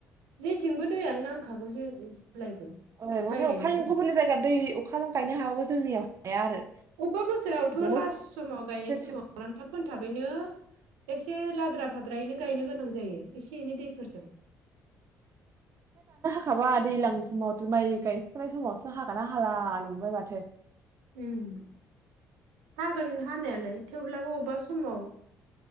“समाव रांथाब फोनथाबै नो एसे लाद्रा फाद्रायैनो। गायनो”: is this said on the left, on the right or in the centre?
Right